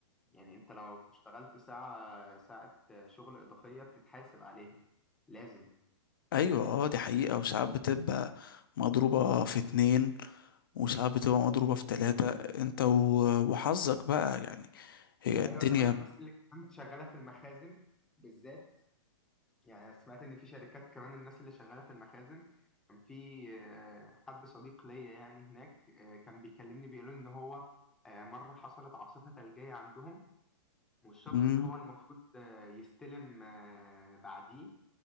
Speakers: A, in the centre; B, on the left.
A: يعني انت لو اشتغلت ساعة ساعة شغل إضافية بتتحاسب عليها لازم
B: ايوه اه دي حقيقة وساعات بتبقى مضروبة في اتنين وساعات بتبقى مضروبة في تلاتة انت و- وحظك بقى يعني هي الدنيا
A: أيوة كمان الناس اللي كانت شغالة في المخازن بالذات يعني أنا سمعت إن في شركات كمان الناس اللي شغالة في المخازن كان في آه، حد صديق ليا يعني هناك آه، كان بيكلمني بيقول إن هو آه، مرة حصلت عاصفة ثلجية عندهم والشخص
B: امم
A: اللي هو المفروض آه، يستلم آه، بعديه